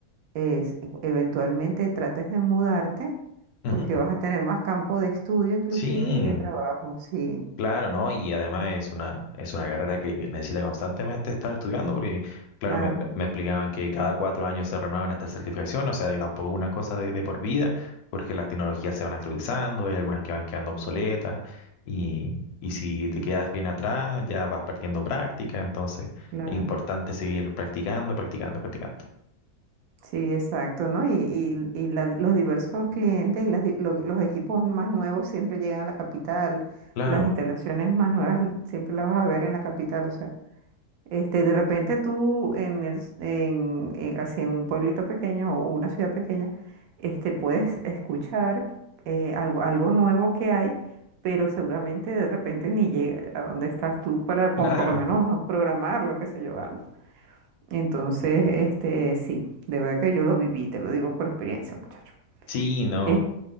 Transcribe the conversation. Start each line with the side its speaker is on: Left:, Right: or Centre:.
Right: es- eventualmente trates de mudarte
Left: ujú,
Right: porque vas a tener más campo de estudio inclusive
Left: Sí.
Right: y de trabajo. Sí,
Left: Claro, ¿no? Y además es una, es una carrera que que necesita constantemente estar estudiando, porque, claro,
Right: claro,
Left: me, me- me explicaban que cada cuatro años se renuevan estas certificaciones, o sea, que tampoco es una cosa de, de por vida, porque las tecnologías se van actualizando, hay algunas que van quedando obsoletas, y, y si te quedas bien atrás, ya vas perdiendo práctica, entonces
Right: claro.
Left: es importante seguir practicando, practicando, practicando.
Right: Sí, exacto, ¿no? Y, y- y la- los diversos clientes y las di- lo- los equipos más nuevos siempre llegan a la capital,
Left: Claro,
Right: las instalaciones más nuevas l- siempre las vas a ver en la capital, o sea, este, de repente tú en el, s- en, en- así en un pueblito pequeño o una ciudad pequeña, este, puedes escuchar eh, algo, algo nuevo que hay, pero seguramente de repente ni llega a donde estás tú para con,
Left: claro,
Right: por lo menos programar, lo que sé yo, algo. Entonces, este, sí, de verdad que yo lo viví, te lo digo por experiencia, muchacho.
Left: sí, no.
Right: Eh,